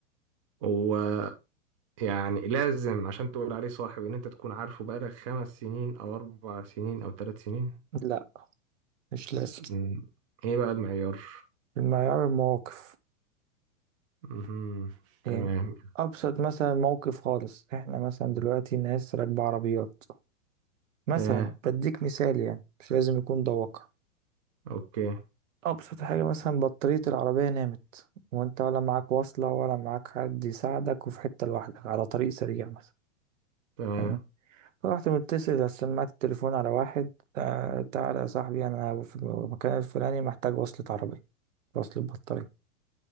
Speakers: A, on the right; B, on the right.
A: هو يعني لازم عشان تقول عليه صاحب ان انت تكون عارفه بقالك خمس سنين او اربع سنين او ثلاث سنين
B: لا مش لازم
A: مم. ايه بقى المعيار
B: المعيار المواقف
A: مهم. تمام
B: يعني أبسط مثلا موقف خالص إحنا مثلا دلوقتي ناس راكبة عربيات مثلا
A: تمام
B: بديك مثال يعني مش لازم يكون ده واقع
A: اوكي
B: أبسط حاجة مثلا بطارية العربية نامت وأنت ولا معاك وصلة ولا معاك حد يساعدك وفي حتة لوحدك على طريق سريع مثلا
A: تمام
B: تمام رحت متصل سمعت التليفون على واحد آه، تعالى يا صاحبي أنا في المكان الفلاني محتاج وصلة عربية وصلة بطارية